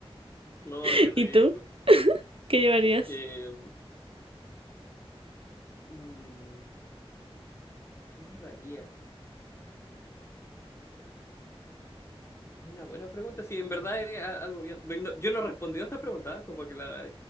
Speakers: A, on the left (about 25°); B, on the right (about 65°).
A: Oh,
B: <laughs>
A: qué rico.
B: ¿Y tú? ¿Qué llevarías?
A: Eh, mm, ¿qué llevaría? Una buena pregunta. Sí, en verdad es a- algo bien. bien, no- Yo no he respondido a estas preguntas, ¿eh? como que la